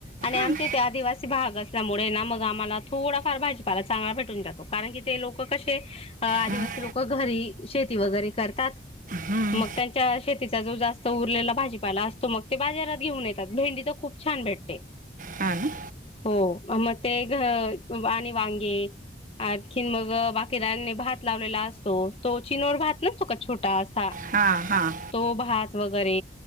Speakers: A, on the left (about 35°); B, on the right (about 50°).
A: आणि आमच्या
B: हम्म.
A: इथे आदिवासी भाग असल्यामुळे ना मग आम्हाला थोडाफार भाजीपाला चांगला भेटून जातो. कारण कि ते लोक कसे अ आदिवासी
B: हम्म,
A: लोक घरी शेती वगैरे करतात
B: हम्म.
A: मग त्यांच्या शेतीचा जो जास्त उरलेला भाजीपाला असतो मग ते बाजारात घेऊन येत भेंडी तर खूप छान भेटते.
B: हा ना.
A: हो मग ते घ आणि वांगे आणखीन मग बाकीरानी भात लावलेला असतो तो चीनोर भात नसतो का छोटा असा
B: हां हां.
A: तो भात वगैरे